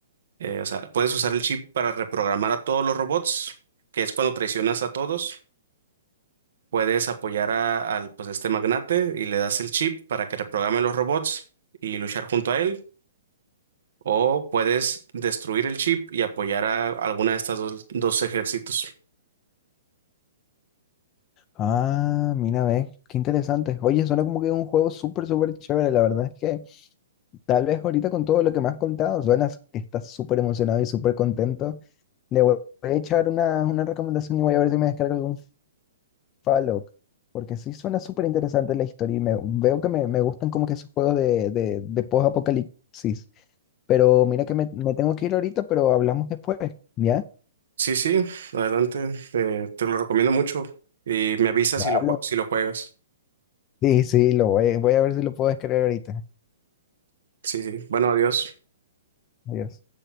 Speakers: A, on the right (about 70°); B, on the left (about 25°).
A: eh, o sea, puedes usar el chip para reprogramar a todos los robots, que es cuando traicionas a todos. Puedes apoyar a, al, pues, este magnate y le das el chip para que reprograme los robots y luchar junto a él. O puedes destruir el chip y apoyar a alguna de estas dos, dos ejércitos.
B: Ah, mira, ve, qué interesante. Oye, suena como que un juego súper, súper chévere. La verdad es que tal vez ahorita con todo lo que me has contado, suenas que estás súper emocionado y súper contento. Le voy voy a echar una, una recomendación y voy a ver si me descargo algún Fallout. Porque sí suena súper interesante la historia y me, veo que me, me gustan como que esos juegos de, de, de post-apocalipsis. Pero mira que me, me tengo que ir ahorita, pero hablamos después, ¿ya?
A: Sí, sí, adelante, eh, te lo recomiendo mucho y me avisas
B: Dale.
A: si lo, jue- si lo juegas.
B: Sí, sí, lo voy, voy a ver si lo puedo descargar ahorita.
A: Sí, sí. Bueno, adiós.
B: Adiós.